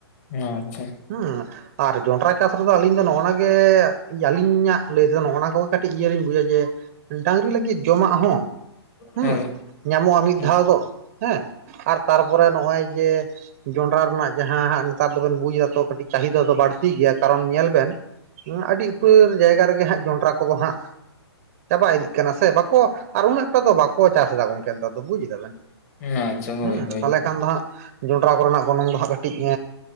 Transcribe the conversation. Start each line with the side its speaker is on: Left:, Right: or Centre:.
Left: ᱟᱪᱪᱷᱟ
Right: ᱦᱮᱸ ᱾ ᱟᱨ ᱡᱚᱱᱰᱨᱟ ᱪᱟᱥ ᱨᱮᱫᱚ ᱟᱹᱞᱤᱧ ᱫᱚ ᱱᱚᱜ ᱱᱚᱣᱟ ᱜᱮ ᱟᱹᱞᱤᱧᱟᱜ ᱞᱟᱹᱭ ᱛᱮᱫᱚ ᱱᱚᱜ ᱱᱚᱣᱟ ᱠᱚᱜᱮ ᱠᱟᱹᱴᱤᱡ ᱤᱭᱟᱹᱞᱤᱧ ᱵᱩᱡᱟ ᱡᱮ ᱰᱟᱝᱨᱤ ᱞᱟᱹᱜᱤᱫ ᱡᱚᱢᱟᱜ ᱦᱚᱸ ᱦᱮᱸ
Left: ᱦᱳᱭ
Right: ᱧᱟᱢᱚᱜᱼᱟ᱾ ᱢᱤᱫ
Left: ᱦᱳᱭ
Right: ᱫᱷᱟᱣ ᱫᱚ᱾ ᱦᱮᱸ ᱟᱨ ᱛᱟᱨᱯᱚᱨᱮ ᱱᱚᱜᱼᱚᱭ ᱡᱮ ᱡᱚᱱᱰᱨᱟ ᱨᱮᱱᱟᱜ ᱡᱟᱦᱟᱸ ᱦᱟᱸᱜ ᱱᱮᱛᱟᱨ ᱫᱚᱵᱮᱱ ᱵᱩᱡ ᱮᱫᱟ ᱛᱚ, ᱠᱟᱹᱴᱤᱡ ᱪᱟᱦᱤᱫᱟ ᱫᱚ ᱵᱟᱹᱲᱛᱤ ᱜᱮᱭᱟ᱾ ᱠᱟᱨᱚᱱ ᱧᱮᱞ ᱵᱮᱱ ᱟᱹᱰᱤ ᱩᱛᱟᱹᱨ ᱡᱟᱭᱜᱟ ᱨᱮᱜᱮ ᱦᱟᱸᱜ ᱡᱚᱱᱰᱨᱟ ᱠᱚᱫᱚ ᱦᱟᱸᱜ ᱪᱟᱵᱟ ᱤᱫᱤ ᱠᱟᱱᱟ ᱥᱮ ᱵᱟᱠᱚ ᱟᱨ ᱩᱱᱟᱹᱜ ᱴᱟ ᱫᱚ ᱵᱟᱠᱚ ᱪᱟᱥ ᱮᱫᱟ ᱜᱚᱝᱠᱮ ᱱᱮᱛᱟᱨ ᱫᱚ ᱵᱩᱡ ᱫᱟ ᱵᱮᱱ
Left: ᱟᱪᱪᱷᱟ
Right: ᱾
Left: ᱦᱳᱭ
Right: ᱦᱩᱸ
Left: ᱦᱳᱭ
Right: ᱛᱟᱦᱚᱞᱮ ᱠᱷᱟᱱ ᱫᱚ ᱦᱟᱸᱜ ᱡᱚᱱᱰᱨᱟ ᱠᱚᱨᱮᱱᱟᱜ ᱜᱚᱱᱚᱝ ᱫᱚ ᱦᱟᱸᱜ ᱠᱟᱹᱴᱤᱡ